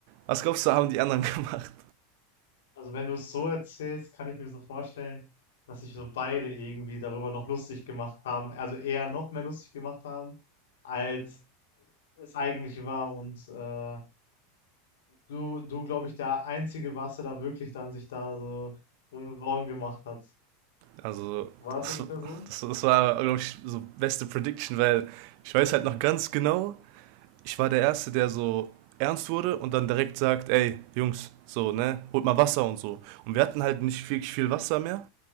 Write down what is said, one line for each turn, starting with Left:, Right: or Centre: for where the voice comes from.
Right: was glaubst du, haben die anderen <laughs> gemacht?
Left: Also, wenn du es so erzählst, kann ich mir so vorstellen, dass sich so beide irgendwie darüber noch lustig gemacht haben, also eher noch mehr lustig gemacht haben, als es eigentlich war. Und äh, du, du, glaube ich, der Einzige warst, der da wirklich dann sich da so Sorgen gemacht hat.
Right: Also,
Left: War das
Right: das,
Left: ungefähr so?
Right: das, das war, glaube ich, so beste Prediction, weil ich weiß halt noch ganz genau, ich war der Erste, der so ernst wurde und dann direkt sagt, ey, Jungs, so, ne, holt mal Wasser und so. Und wir hatten halt nicht wirklich viel Wasser mehr